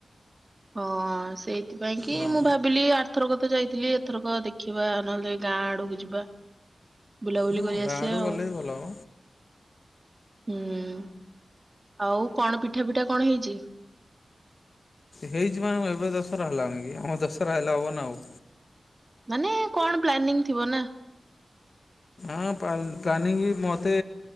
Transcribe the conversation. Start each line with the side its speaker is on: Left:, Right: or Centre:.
Right: ହଁ ସେଇଥିପାଇଁ କି
Left: ହଁ।
Right: ମୁଁ ଭାବିଲି ଆର୍ଥରକ ତ ଯାଇଥିଲି ଏଥରକ ଦେଖିବା ନହେଲେ ଗାଁ ଆଡକୁ ଯିବା ବୁଲାବୁଲି
Left: ହଁ
Right: କରି
Left: ଗାଁ
Right: ଆସିବା
Left: ଆଡୁ ଗଲେ
Right: ଆଉ।
Left: ବି ଭଲ ହବ।
Right: ହୁଁ ଆଉ କଣ ପିଠା ପିଠା କଣ ହେଇଛି?
Left: ହେଉଛି ମାନେ କଣ ଏବେ ଦଶହରା ହେଲାଣି କି ଆମର ଦଶହରା ହେଲା ହବ ନା ଆଉ।
Right: ମାନେ କଣ ପ୍ଲାନିଂ ଥିବ ନା?
Left: ହଁ ପ୍ଲା ପ୍ଲାନିଙ୍ଗ ମତେ